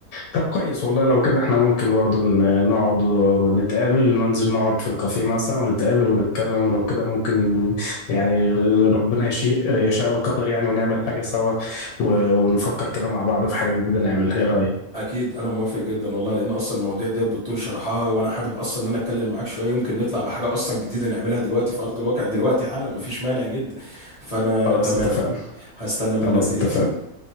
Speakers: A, on the left; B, on the left.
A: طب كويس والله لو كده احنا ممكن برضو ن- نقعد ونتقابل ننزل نقعد في الكافيه مثلا ونتقابل ونتكلم ولو كده ممكن ين- يعني ربنا يشيء يشاء القدر يعني ونعمل حاجة سوا و- ونفكر كده مع بعض في حاجة جديدة نعملها ايه رأيك؟
B: اكيد انا موافق جدا والله لان اصلا المواضيع دي بالطول شرحها وانا حابب اصلا ان انا اتكلم معاك شويه يمكن نطلع بحاجه اصلا جديده نعملها دلوقتي في ارض الواقع دلوقتي حالا مفيش مانع جدا فانا
A: خلاص
B: تمام
A: اتفقنا
B: هستنى منك
A: خلاص
B: تليفون
A: اتفقنا